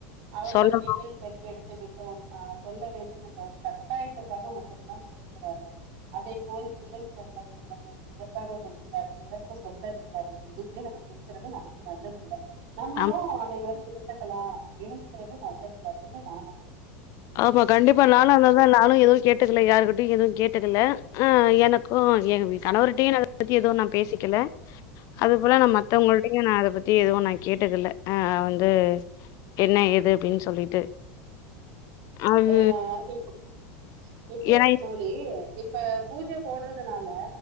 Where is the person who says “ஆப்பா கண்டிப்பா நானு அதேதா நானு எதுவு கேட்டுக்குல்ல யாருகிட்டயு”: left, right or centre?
Left